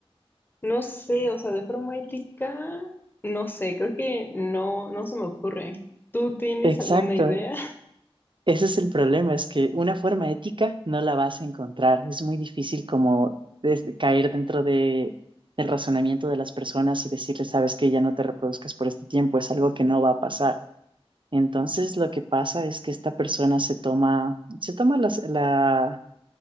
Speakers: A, on the left (about 20°); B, on the right (about 55°).
A: no sé, o sea, de forma ética, no sé, creo que no, no se me ocurre. ¿Tú tienes
B: Exacto.
A: alguna idea?
B: Ese es el problema, es que una forma ética no la vas a encontrar. Es muy difícil como desde caer dentro de, del razonamiento de las personas y decirles, sabes que ya no te reproduzcas por este tiempo, es algo que no va a pasar. Entonces lo que pasa es que esta persona se toma, se toma las- la,